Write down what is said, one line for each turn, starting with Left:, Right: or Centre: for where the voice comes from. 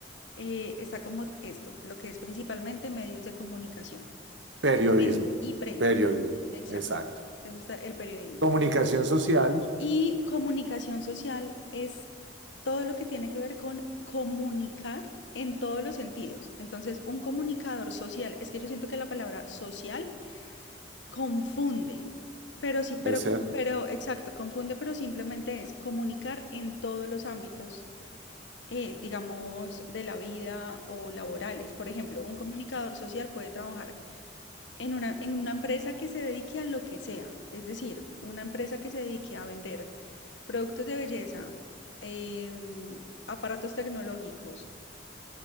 Left: eh, está como esto, lo que es principalmente medios de comunicación
Right: Periodismo,
Left: y, pre- y prensa.
Right: periodismo,
Left: Exacto.
Right: exacto.
Left: Eso está el periodismo.
Right: Comunicación social,
Left: Y comunicación social es todo lo que tiene que ver con comunicar en todos los sentidos. Entonces, un comunicador social, es que yo siento que la palabra social confunde, pero sí, pero,
Right: puede ser.
Left: pero exacto, confunde, pero simplemente es comunicar en todos los ámbitos eh, digamos, de la vida o laborales. Por ejemplo, un comunicador social puede trabajar en una, en una empresa que se dedique a lo que sea, es decir, una empresa que se dedique a vender productos de belleza, em, aparatos tecnológicos,